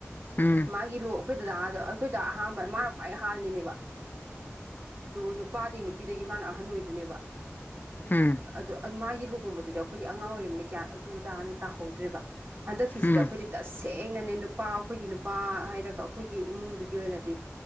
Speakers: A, on the left (about 40°); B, on the right (about 50°).
A: ꯎꯝ
B: ꯃꯥꯒꯤ ꯂꯣ ꯑꯩꯈꯣꯏꯗ ꯑꯗ ꯑꯩꯈꯣꯏꯗ ꯑꯍꯥꯟꯕ ꯃꯥꯅ ꯈ꯭ꯋꯥꯏ ꯍꯥꯜꯂꯤꯅꯦꯕ ꯅꯨꯄꯥꯗꯒꯤ ꯅꯨꯄꯤꯗꯒꯤ ꯃꯥꯅ ꯑꯍꯟ ꯑꯣꯏꯗꯨꯏꯅꯦꯕ
A: ꯍꯝ
B: ꯑꯗꯨ ꯃꯥꯒꯤ ꯂꯨꯍꯣꯡꯕꯗꯨꯗꯤ ꯑꯩꯈꯣꯏꯗꯤ ꯑꯉꯥꯡ ꯑꯣꯏꯔꯤꯃꯤꯅꯤꯅ ꯒ꯭ꯌꯥꯟ ꯑꯗꯨ ꯇꯅ ꯇꯥꯍꯧꯗ꯭ꯔꯦꯕ ꯍꯟꯗꯛꯀꯤꯁꯤꯗ
A: ꯎꯝ
B: ꯑꯩꯈꯣꯏꯗꯤ ꯇꯁꯦꯡꯅꯅꯦ ꯅꯨꯄꯥ ꯑꯩꯈꯣꯏꯒꯤ ꯅꯨꯄꯥ ꯍꯥꯏꯔꯒ ꯑꯩꯈꯣꯏꯒꯤ ꯏꯃꯨꯡꯗꯨꯒꯤ ꯑꯣꯏꯅꯗꯤ